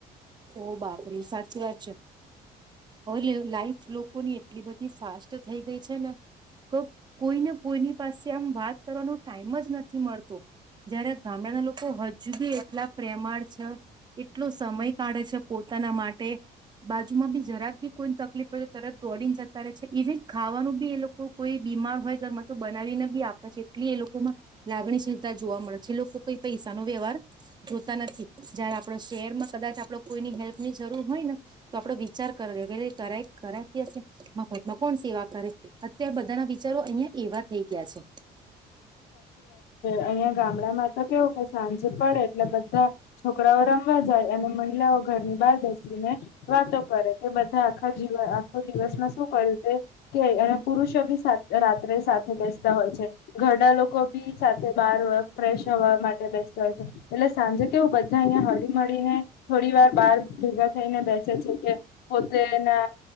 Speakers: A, on the right; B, on the left.
A: ઓ બાપરી સાચી વાત છ. હ લીવ લાઈફ લોકોની એટલી બધી ફાસ્ટ થઇ ગઈ છે ને કોક કોઈને કોઈની પાસે આમ વાત કરવાનો ટાઈઇમ જ નથી મળ તો. જયારે ગામડાના લોક કો હજુ બી એટલા પ્રેમાળ છે. એટલુ સમય કાઢે છે. પોતાના માટે બાજુમાં બી જરાક બી કોઈને તકલીફ પડ તરત દોડીને જતા રહે છે. ઇવી ખાવાનું બી એ લોકો કોઈ બીમાર હોય ઘરમાં તો બનાવીને બી આપે છે. એટલી એ લોકોમાં લાગણીચિંતા જોવા મળે છે. એ લોકો કોઈ પૈસા ન વ્યવહાર જોતા નથી. જ્યારે આ શેરમા કદાચ આપ કોઈની હેલ્પ ની જરૂર હોય ને, તો આપડે વિચાર કરી કરાય કરાય કે પછી મફતમાં કોણ સેવા કરે. અત્યારે બધાના વિચારો અહિયાં એવા થઈ ગયા છે.
B: અહિયાંયા ગામડામાં તો કેવું કે સાંજ પડે એટલે બધા છોકરાઓ રમવા જાય. અને મહિલાઓ ઘરની બહાર બેસીને વાતો કરે. કે બધા આખા જીવ આખો દિવસમાં શું કર્યું તે કે અને પુરુષો બી સા રાત્રે સાથે બેસતા હોય છે. ડા લોકો બી સાથે બાર અ ફ્રેશ હવા માટે બેસતા હોય છે. એટલે સાંજે કેવું બધા અહિયા હળીમળીને થોડી વાર બહાર ભેગા થઈને બેસે છે કે. પોત્રેના